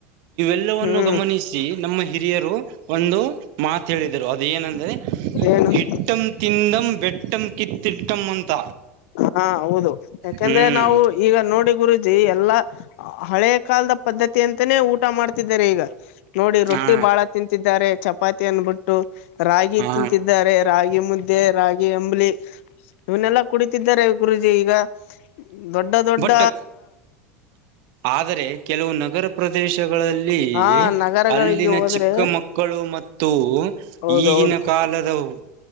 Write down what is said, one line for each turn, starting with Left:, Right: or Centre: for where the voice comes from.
Right: ಎಲ್ಲವನ್ನು
Left: ಹ್ಮ್
Right: ಗಮನಿಸಿ ನಮ್ಮ ಹಿರಿಯರು ಒಂದು ಮಾತ ಹೇಳಿದರು ಅದ ಏನಂದ್ರೆ.
Left: ಏನು
Right: ಹಿಟ್ಟಂ ತಿಂದಂ ಬೆಟ್ಟಂ ಕಿತ್ತಿಟ್ಟಂ ಅಂತ.
Left: ಹಾ ಹೌದು ಯಾಕೆಂದ್ರೆ
Right: ಹ್ಮ್
Left: ನಾವು ಈಗ ನೋಡಿ ಗುರುಜಿ. ಎಲ್ಲ ಹಳೆ ಕಾಲದ ಪದ್ಧತಿ ಅಂತಾನೇ ಊಟ ಮಾಡ್ತಿದ್ದಾರೆ ಈಗ. ನೋಡಿ ರೊಟ್ಟಿ
Right: ಹಾ
Left: ಬಾಳ ತಿಂತಿದ್ದಾರೆ ಚಪಾತಿಯನ್ನು ಬಿಟ್ಟು ರಾಗಿ
Right: ಹಾ
Left: ತಿಂತಿದ್ದಾರೆ ರಾಗಿ ಮು. ದ್ದೆ ರಾಗಿ ಅಂಬಲಿ ಇವನ್ನೆಲ್ಲಾ ಕುಡಿತಿದ್ದಾರೆ ಗುರುಜಿ ಈಗ. ದೊಡ್ಡ ದೊಡ್ಡ.
Right: ಬಟ್ ಆದರೆ ಕೆಲವು ನಗರ ಪ್ರದೇಶ. ಗಳಲ್ಲಿ
Left: ಹಾ ನಗರಗಳಿಗೆ
Right: ಅಲ್ಲಿನ
Left: ಹೋದ್ರೆ
Right: ಚಿಕ್ಕ ಮಕ್ಕಳು ಮತ್ತು
Left: ಹೌದೌದು
Right: ಈಗಿನ ಕಾಲ. ಲ್ಲದೌ.